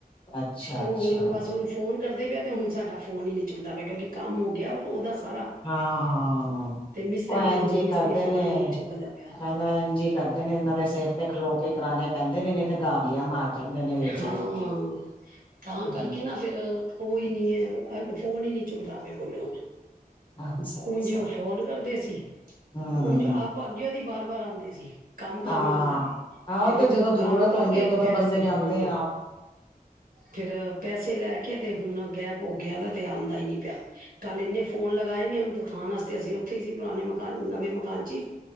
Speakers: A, on the left; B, on the right.
A: ਅੱਛਾ
B: ਉ
A: ਅੱਛਾ
B: ਹੁਣ ਬਸ ਉਨੂੰ ਫੋਨ ਕਰਦੇ ਪਆ ਤੇ ਹੁਨ ਸਾਡਾ ਫੋਨ ਈ ਨੀ ਚੁੱਕਦਾ ਪਿਆ, ਕਿਉਂਕਿ ਕੰਮ ਹੋ ਗਿਆ ਉ ਉਦਾ ਸਾਰਾ
A: ਹਾਂ ਹਾਂ
B: ਤੇ ਮਿਸਤਰੀ
A: ਉ ਐਨ
B: ਤੇ ਹੁਣ
A: ਜੀ
B: ਉਹ ਮਿਸਤਰੀ
A: ਕਰਦੇ
B: ਫੋਨ
A: ਨੇ
B: ਹੀ ਨੀ ਚੁੱਕਦਾ ਪਿਆ
A: ਐ ਐਨ ਜੀ। ਕਰਦੇ ਨੇ ਏਨਾ ਦੇ ਸੇਰ ਤੇ ਖਲੋ ਕੇ ਕਰਾਨੈ ਪੈਂਦੇ ਨੇ ਤੇ ਗਾਰਲੀਆਂ ਮਾਰ ਜਾਂਦੇ ਨੇ ਵਿੱਚ
B: ਹਾਂ,
A: ਇਹ ਲੋਕੀ
B: ਤਾਂ ਕਰਕੇ
A: ਹੂੰ।
B: ਨਾ ਫੇਰ ੳਈ ਨਈ ਏ ਫੋਨ ਈ ਨਹੀਂ ਚੁੱਕਦਾ ਪਿਆ ਬੋਲੋ ਹੁਨ
A: ਅੱਛਾ ਅੱਛਾ
B: ਉਂਝ ਓ ਫੋਨ ਕਰਦੇ ਸੀ
A: ਹਮ
B: ਉਂਝ
A: ਹਮ
B: ਆਪ ਅੱਗੇ ਉ ਦੀ ਬਾਰ- ਬਾਰ ਆਉਂਦੇ ਸੀ। ਕੰਮ ਕਰਨਾ
A: ਹਾਂ
B: ਆਉਂਦਾ ਜੇ।
A: ਹਾਂ
B: ਤੇ
A: ਉਹ
B: ਫੇਰ ਜਦੋਂ
A: ਜ਼ਰੂਰਤ
B: ਕੰਮ ਕਰਕੇ
A: ਹੁੰਦੀ ਹੈ ਉਦੋਂ
B: ਪੈਸੇ,
A: ਬੰਦੇ ਨੇ ਆਪੇ
B: ਹਾਂ। ਫੇਰ ਪੈਸੇ ਲੈ ਕੇ ਤੇ ਹੁਣ ਗੈਪ ਹੋ ਗਿਆਦਾ ਨਾ ਤੇ ਆਉਂਦਾ ਹੀ ਨੀ ਪਿਆ, ਕੱਲ ਇੰਨੇ ਫੋਨ ਲਗਾਏ ਨੇ ਉ ਵੇਖਾਣ ਆਸਤੇ ਅਸੀ ਉਥੇ ਹੀ ਸੀ ਪੁਰਾਣੇ ਮਕਾਨ ਨਵੇ ਮਕਾਨ 'ਚ,